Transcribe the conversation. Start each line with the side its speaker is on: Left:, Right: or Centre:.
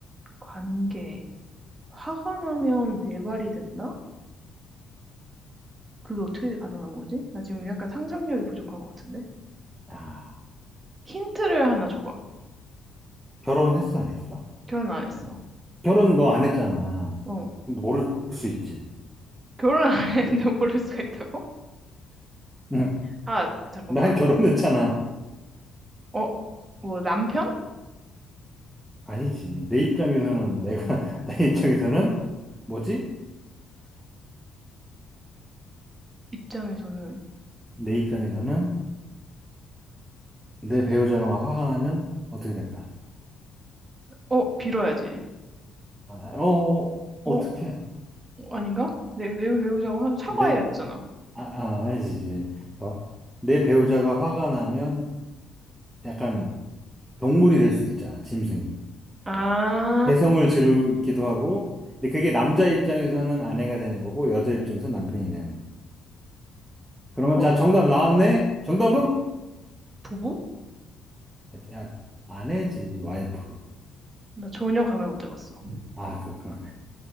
Right: 관계. 화가 나면 네 발이 된다? 그게 어떻게 가능한 거지? 나 지금 약간 상상력이 부족한 것 같은데?
Centre: 아,
Right: 힌트를 하나 줘봐.
Centre: 결혼했어 안 했어?
Right: 결혼 안 했어.
Centre: 결혼 너 안 했잖아.
Right: 어.
Centre: 모를 수 있지.
Right: 결혼 안 했는데 <laughs> 모를 수가 있다고?
Centre: 응.
Right: 아, 잠깐만.
Centre: 난 결혼했잖아.
Right: 어, 뭐 남편?
Centre: 아니지. 내 입장에서는 내가
Right: 어,
Centre: <laughs> 내 입장에서는 뭐지?
Right: 입장에서는
Centre: 내 입장에서는 내 배우자가 막 화가 나면 어떻게 될까?
Right: 어, 빌어야지.
Centre: 아, 어, 어, 어떻게?
Right: 어, 아닌가? 내, 내 배우자고 한 사과해야
Centre: 내,
Right: 되잖아.
Centre: 아, 아, 아니지, 이제. 어? 내 배우자가 화가 나면 약간 동물이 될 수도 있잖아, 짐승이.
Right: 아,
Centre: 막, 개성을 지르기도 하고, 근데 그게 남자 입장에서는 아내가 되는 거고, 여자 입장에서는 남편이 되는 거. 그러면
Right: 뭐
Centre: 자, 정답 나왔네? 정답은?
Right: 부부?
Centre: 야, 아내지, 와이프.
Right: 나 전혀 감을 못 잡았어.
Centre: 아, 그렇구나.